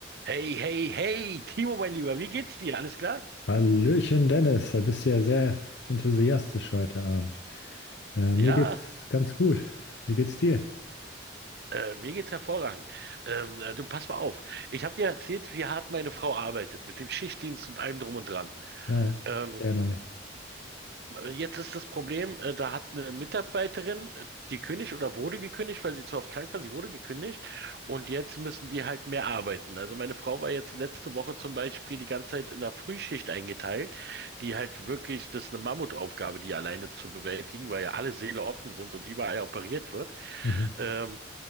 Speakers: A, on the right; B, on the left.
A: Hey, hey, hey, Timo, mein Lieber, wie geht's dir? Alles klar?
B: Hallöchen Dennis, da bist du ja sehr enthusiastisch heute Abend. Äh,
A: Ja,
B: mir geht's ganz gut. Wie geht's dir?
A: äh, mir geht's hervorragend. Ähm, äh, du, pass mal auf. Ich habe dir erzählt, wie hart meine Frau arbeitet, mit dem Schichtdienst und allem drum und dran.
B: Na,
A: Ähm,
B: ich erinnere mich.
A: Jetzt ist das Problem, äh, da hat eine Mitarbeiterin äh, gekündigt oder wurde gekündigt, weil sie zu oft krank war. Sie wurde gekündigt und jetzt müssen die halt mehr arbeiten. Also meine Frau war jetzt letzte Woche zum Beispiel die ganze Zeit in der Frühschicht eingeteilt, die halt wirklich, das ist eine Mammutaufgabe, die alleine zu bewältigen, weil ja alle Säle offen sind und überall operiert wird.
B: Mhm.
A: Ähm,